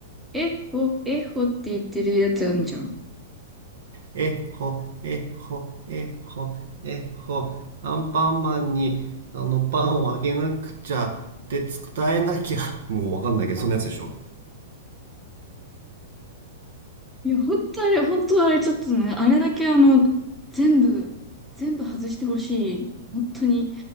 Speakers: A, in the centre; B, on the right.
A: えほ、えほって言ってるやつあるじゃん。
B: えほえほえほえほアンパンマンにあのパンをあげなくちゃって伝えなきゃもうわかんないけどそんなやつでしょ
A: いや、ほんとあれ、ほんとあれ、ちょっとね、あれだけあの、全部、全部外してほしい。本当に。